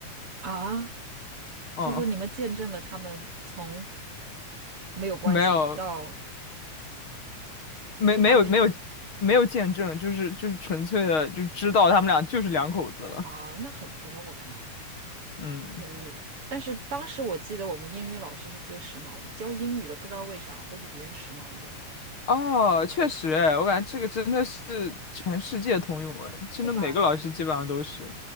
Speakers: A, on the right (about 45°); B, on the left (about 45°).
A: 啊？
B: 嗯，
A: 就说你们见证了他们从没有关系到
B: 没有。没没有没有
A: 是他们
B: 没有见证，就是就是纯粹的就知道他们俩就是两口子了。
A: 啊，那很多我感觉。
B: 嗯，
A: 有是，但是当时我记得我们英语老师是最时髦的，教英语的不知道为啥都比别人时髦一点儿，
B: 哦，确实，哎，我感觉这个真的是全世界通用，哎，真的每个老师基本上都是。
A: 对吧？